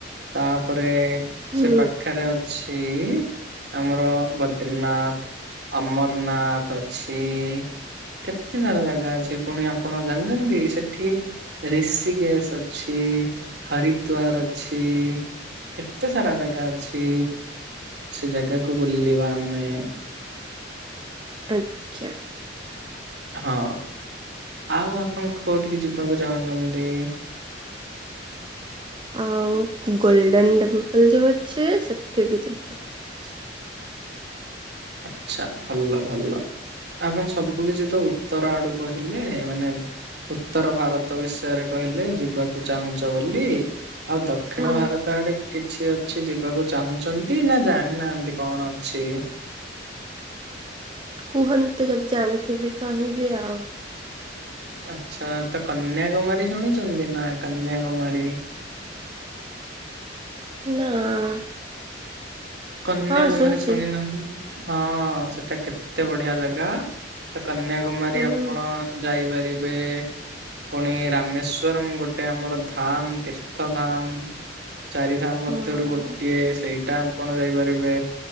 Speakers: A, on the right (about 60°); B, on the right (about 25°).
A: ତାପରେ
B: ହୁଁ
A: ସେ ପାଖରେ ଅଛି ଆମର ବଦ୍ରିନାଥ ଅମର ନ୍ନାଥ ଅଛି। କେତେ ସାରା ଜାଗା ଅଛି। ସେ ପୁଣି ଆପଣ ଜାଣିଚନ୍ତି ସେଠି ଋଷିକେଶ ଅଛି, ହରିଦ୍ଵାର ଅଛି। କେତେ ସାରା ଜାଗା ଅଛି। ସେ ଜାଗାକୁ ବୁଲିବା ଆମେ।
B: ଆଜ୍ଞା।
A: ହଁ ଆଉ ଆପଣ କୋଉଠିକି ଯିବାକୁ ଚାହୁଁଚନ୍ତି?
B: ଆ <inaudible> ଆଉ ଗୋଲଡେନ୍ ଟେମ୍ପଲ୍ ଯୋଉ ଅଛି ସେଠିକି ଯିବାକୁ ଇଚ୍ଛା ଅଛି।
A: ଆଚ୍ଛା ଭଲ ଭଲ ଆପଣ ସବୁ କିଛି ତ ଉତ୍ତର ଆଡୁ କହିଲେ ମାନେ ଉତ୍ତର ଭାରତ ବିଷୟରେ କହିଲେ ଯିବାକୁ ଚାହୁଁଚ ବୋଲି। ଆଉ ଦକ୍ଷିଣ
B: ହୁଁ
A: ଭାରତ ଆଡେ କିଛି ଅଛି ଯିବାକୁ ଚାହୁଁଚନ୍ତି ନା ଜାଣ ଜାଣି ନାହାନ୍ତି କଣ ଅଛି?
B: କୁହନ୍ତୁ ଯଦି ଜାଣିଥିବି କହିବି ଆଉ।
A: ଆଚ୍ଛା ତ କନ୍ୟାକୁମାରୀ ଶୁଣିଚନ୍ତି ନାଁ କନ୍ୟାକୁମାରୀ?
B: ନା।
A: କନ୍ୟାକୁମାରୀ
B: ହଁ ଶୁଣିଛି
A: ଶୁଣି ନାହିଁ ହଁ ସେଟା କେତେ ବ ଢିଆ ଜାଗା ତ କନ୍ୟାକୁମାରୀ
B: ହୁଁ
A: ଆପଣ ଯାଇପାରିବେ। ପୁଣି ରାମେଶ୍ଵରମ୍ ଗୋଟେ ଆମର ଧାମ୍। ତୀର୍ଥ ଧାମ୍ ଚାରି ଧାମ୍ ମଧ୍ୟରୁ
B: ହଁ
A: ଗୋଟିଏ ସେଇଟା। ଆପଣ ଯାଇପାରିବେ।